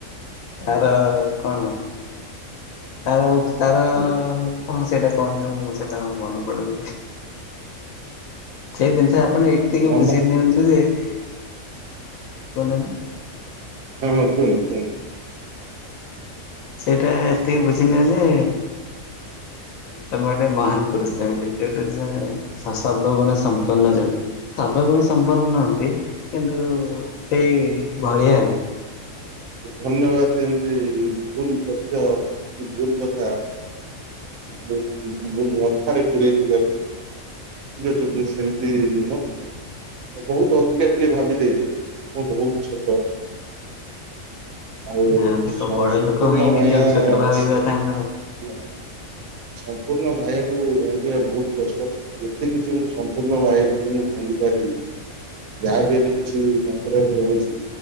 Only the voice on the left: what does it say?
ତାର କଣ ତାର ତାର
କଣ ସେଇଟା କହନ୍ତି ମୁଁ ସେଇଟାଣ ମନେ ପଡୁନି ସେଇ ଜିନିଷ ଆପଣ ଏତିକି
ବୁଝେଇ ନିଅନ୍ତୁ ଯେ କହୁନାହାନ୍ତି
ସେଇଟା ଏତିକି ବୁଝିଲି ଯେ ତମେ ଗୋଟେ ମହାନ ପୁରୁଷ ବୋଲି ଯୋଉଟା ସେ ସର୍ବଗୁଣ ସମ୍ପନ୍ନ ଯୋଉଟା ସର୍ବଗୁଣ ସମ୍ପନ୍ନ ନୁହନ୍ତି କିନ୍ତୁ ସେଇ ଭଳିଆ ଆଉ
ନା ଦେଖ
ବଡ ଲୋକ ହେଇ ନିଜକୁ
ଛୋଟ ଭାବିବା
ତାଙ୍କ